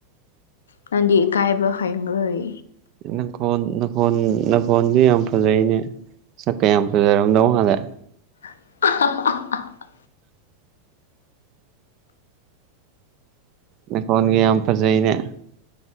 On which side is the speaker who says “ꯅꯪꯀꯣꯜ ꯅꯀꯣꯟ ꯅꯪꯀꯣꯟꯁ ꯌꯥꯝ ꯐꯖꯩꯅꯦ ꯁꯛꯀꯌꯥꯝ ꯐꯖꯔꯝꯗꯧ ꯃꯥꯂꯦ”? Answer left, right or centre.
Right